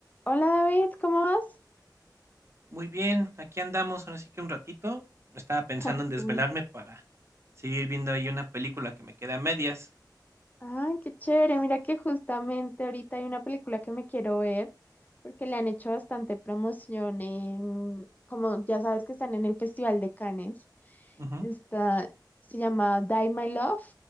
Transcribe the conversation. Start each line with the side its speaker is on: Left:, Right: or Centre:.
Left: Hola David, ¿cómo vas?
Right: Muy bien, aquí andamos, ahora sí que un ratito. Estaba pensando
Left: Ah,
Right: en
Left: qué
Right: desvelarme
Left: bueno.
Right: para seguir viendo ahí una película que me queda a medias.
Left: Ah, qué chévere. Mira que justamente ahorita hay una película que me quiero ver porque le han hecho bastante promoción en, como ya sabes que están en el Festival de Cannes.
Right: Ujú,
Left: Está, se llama Die My Love,